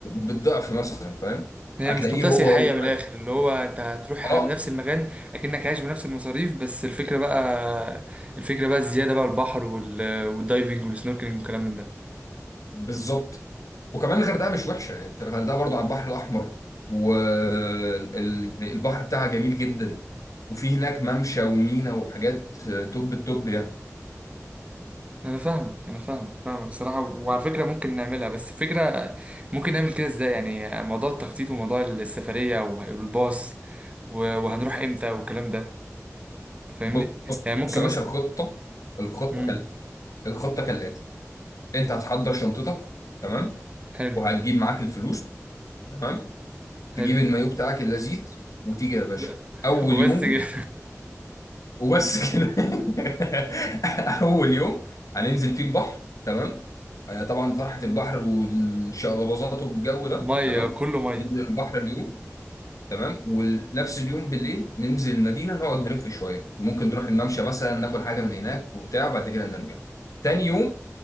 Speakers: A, on the left; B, on the right.
A: بالضعف مثلا فاهم
B: هي
A: هتلاقيه
B: مش منطقة
A: هو
B: سياحية
A: هو
B: من الآخر اللي هو أنت هتروح
A: اه
B: على نفس المكان أكنك عايش بنفس المصاريف بس الفكرة بقى الفكرة بقى الزيادة بقى البحر وال... والدايفنج والسنوركلينج والكلام من ده
A: بالظبط وكمان الغردقه مش وحشه يعني انت الغردقه برضو على البحر الاحمر والبحر بتاعها جميل جدا وفي هناك ممشى ومينا وحاجات آه، توب التوب يعني
B: انا فاهمك انا فاهمك فاهمك الصراحه وعلى فكره ممكن نعملها بس فكره ممكن نعمل كده ازاي يعني موضوع التخطيط وموضوع السفريه والباص و- وهنروح امتى والكلام ده تفهمني
A: بص
B: يعني ممكن
A: يا
B: مثلا
A: باشا الخطة الخطة
B: امم
A: كال... الخطة كالآتي أنت هتحضر شنطتك تمام
B: حلو
A: وهتجيب معاك الفلوس تمام تجيب
B: حلو
A: المايو بتاعك اللذيذ وتيجي
B: <laughs>
A: يا باشا
B: ب-
A: أول
B: وبس
A: يوم
B: كده
A: وبس كده <laughs> أول يوم هننزل فيه البحر تمام آه، طبعا فرحة البحر والشقلباظات والجو
B: <laughs>
A: ده
B: ميه
A: تمام
B: كله ميه
A: ننزل البحر اليوم تمام ونفس اليوم بالليل ننزل المدينة نقعد نلف شوية ممكن نروح الممشى مثلا ناكل حاجة من هناك وبتاع وبعد كده نرجع تاني يوم